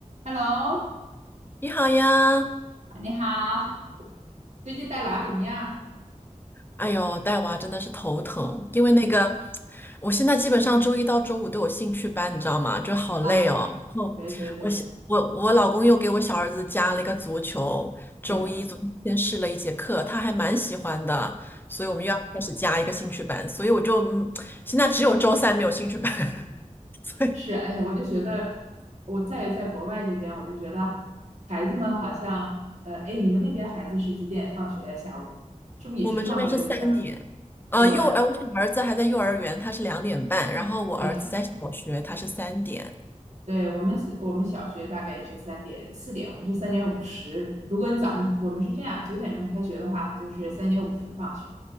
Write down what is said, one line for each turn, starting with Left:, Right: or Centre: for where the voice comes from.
Right: Hello，
Left: 你好呀，
Right: 你好，最近带娃怎么样？
Left: 哎呦，带娃真的是头疼，因为那个，我现在基本上周一到周五都有兴趣班，你知道吗？就好累哦。
Right: 哎呀，
Left: 然后我小我我老公又给我小儿子加了一个足球，
Right: 对对对，
Left: 周一昨天先试了一节课，
Right: 哎呀，
Left: 他还蛮喜欢的，所以我们又要开始加一个兴趣班，所以我就嗯，现在只有周三没有兴趣班，<laughs> 所以
Right: 是，哎呀，我就觉得我在在国外这边，我就觉得孩子们好像，呃，哎，你们那边孩子是几点放学呀？下午是不是也是放学的比较早？
Left: 我们这边是三点。呃，
Right: 对，
Left: 幼儿，我小儿子还在幼儿园，他是两点半，然后我儿子在小学，
Right: 哎呀，
Left: 他是三点。
Right: 对我们是，我们小学大概也是三点四点，我们是三点五十。如果你早上我们是这样，九点钟开学的话，它就是三点五十放学；